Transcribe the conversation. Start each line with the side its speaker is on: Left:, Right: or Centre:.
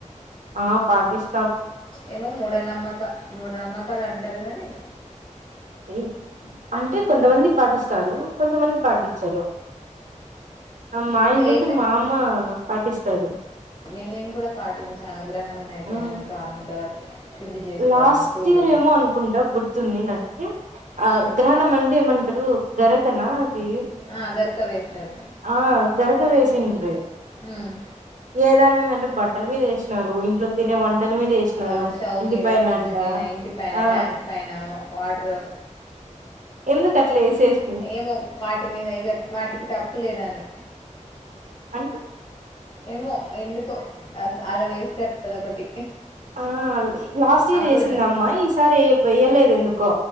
Right: ఆ పాటిస్
Left: ఏమో మూఢనమ్మక మూఢనమ్మకాలు అంటారు గాని
Right: ఈ అంటే కొంతమంది పాటిస్ స్తారు కొంతమంది పాటించారు మా
Left: ఇంకా
Right: ఇంట్లో అయితే
Left: ఏ ఫె
Right: మా అమ్మ పాటిస్తారు
Left: నే నేను కూడా పాటించాను గ్రహణం అయిపోయినాక
Right: మ్మ్
Left: అంత శుద్ధి చేసుకోవడం
Right: లాస్ట్
Left: తూడవడం
Right: ఇయర్ ఏమో అనుకుంటా గుర్తుంది నాకు ఆ
Left: మ్మ్
Right: గ్రహణం అంటే ఏమంటారు గరకనా ది
Left: ఆ గరక వేస్తారు
Right: ఆ గరక్ క వేసిండ్రి
Left: మ్మ్
Right: ఏదని మీదన్న బట్టల మీద వేసిన్నారు ఇంట్లో తినే వన్ ట్టల మీద వేసినారు
Left: ఆ స్టవ్
Right: ఇంటి
Left: మీద
Right: పైన
Left: ఫ్రిడ్జ్
Right: అంట
Left: మీద ఇంటి పైన
Right: ఆ
Left: ట్యాంక్ పైన వాటర్
Right: ఎందుకు అట్లా వేసేది
Left: ఏమో వాటి మీద ఇక వాటికి తప్పు లేదని
Right: అంట
Left: ఏమో ఎందుకో అ అలా వేస్తారుదొ ఒకటి
Right: ఆ లాస్ట్ ఇయర్ వేసింద
Left: కూడా ద
Right: అమ్మా ఈసారియ ఎందుకో